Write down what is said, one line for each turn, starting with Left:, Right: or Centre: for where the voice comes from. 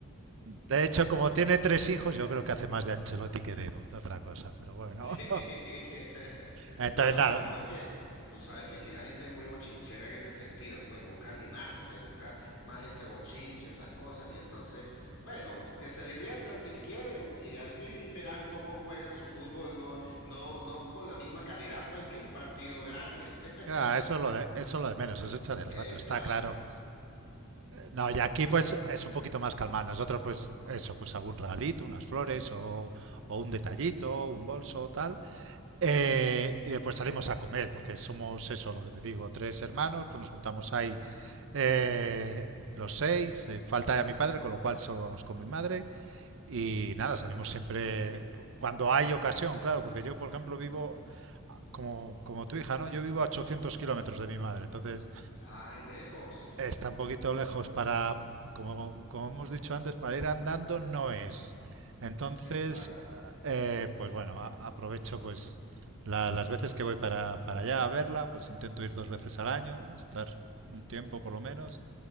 Right: De hecho, como tiene tres hijos, yo creo que hace más de Ancelotti que de otra cosa, pero bueno.
Left: <laughs>
Right: <laughs> Entonces
Left: No, no,
Right: nada,
Left: aquí porque tú sabes que aquí la gente es muy bochinchera en ese sentido, pues busca animarse, busca más ese bochinche, esas cosas, y entonces, bueno, que se diviertan si quieren, y allí verán cómo juegan su fútbol, no, no, no con la misma calidad, pues, que un partido grande. <laughs>
Right: Ah, eso es lo de, eso es lo de menos, es echar el
Left: Exacto.
Right: rato, está claro. No, y aquí pues es un poquito más calmado. Nosotros pues eso, pues algún regalito, unas flores o, o un detallito, un bolso, tal. Eh, y después salimos a comer, porque somos eso, lo que te digo, tres hermanos, pues nos juntamos ahí eh, los seis, eh, falta ya mi padre, con lo cual solo vamos con mi madre. Y nada, salimos siempre cuando hay ocasión, claro, porque yo por ejemplo vivo como, como tu hija, ¿no? Yo vivo a 800 kilómetros de mi madre, entonces...
Left: Ay, lejos.
Right: Está un poquito lejos para, como, como hemos dicho antes, para ir andando no es. Entonces,
Left: Exacto.
Right: eh, pues bueno, a- aprovecho pues la- las veces que voy para, para allá a verla, pues intento ir dos veces al año, estar un tiempo por lo menos.